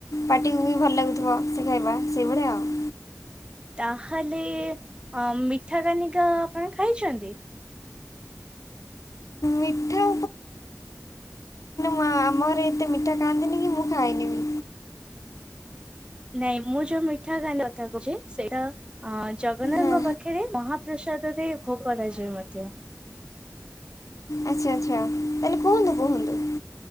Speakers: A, on the left; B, on the right.
A: ପାଟିକୁ ବି ଭଲ ଲାଗୁଥିବ ସେ ଖାଇବା ସେଇଭଳିଆ ଆଉ।
B: ତାହେଲେ ଆ ମିଠା କାନିକା ଆପଣ ଖାଇଚନ୍ତି?
A: ମିଠା ହଁ ଆମ ଘରେ ଏତେ ମିଠା ଖାଆନ୍ତିନି କି ମୁଁ ଖାଇନି ବି।
B: ନାଇଁ ମୁଁ ଯୋଉ ମିଠା କାନିକା କଥା କହୁଛି ସେଇଟା ଆ ଜଗନ୍ନାଥଙ୍କ
A: ହଁ
B: ପାଖେରେ ମହାପ୍ରସାଦରେ ଭୋଗ କରାଯାଏ ମଧ୍ୟ।
A: ଆଚ୍ଛା ଆଚ୍ଛା ତାହେଲେ କୁହନ୍ତୁ କୁହନ୍ତୁ